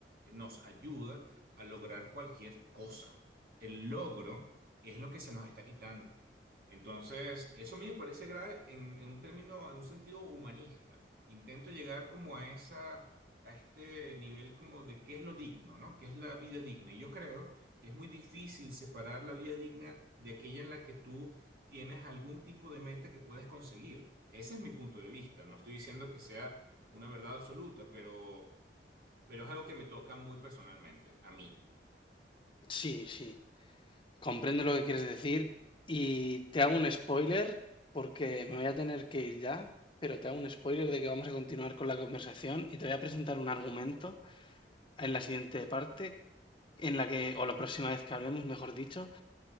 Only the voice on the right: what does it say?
nos ayuda a lograr cualquier cosa. El logro y es lo que se nos está quitando. Entonces, eso a mí me parece grave en, en un término, en un sentido humanista. Intento llegar como a esa, a este nivel como de qué es lo digno, ¿no? ¿Qué es la vida digna? Y yo creo que es muy difícil separar la vida digna de aquella en la que tú tienes algún tipo de meta que puedes conseguir. Ese es mi punto de vista. No estoy diciendo que sea una verdad absoluta, pero, pero es algo que me toca muy personalmente, a mí,